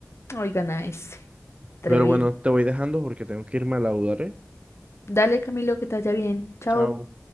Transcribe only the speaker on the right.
Pero bueno, te voy dejando porque tengo que irme a laudar, ¿eh?
Chao.